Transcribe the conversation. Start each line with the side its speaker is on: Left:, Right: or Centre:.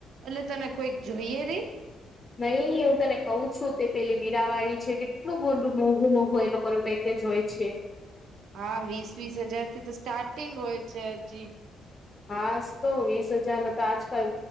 Right: એટલે તને કોઈક જોઈએ રહી
Left: નહી હું તને કઉ છું તે પેલી વીરાવાડીી છે કેટલું બડું મોઘું મોઘું એ લોકો પ જ હોય છે
Right: હા વીસ વીસ હજાર થી તો સ્ટાર્ટિંગ હોય છે હજી
Left: હા તો વીસ હજાર ન તો આજકાલ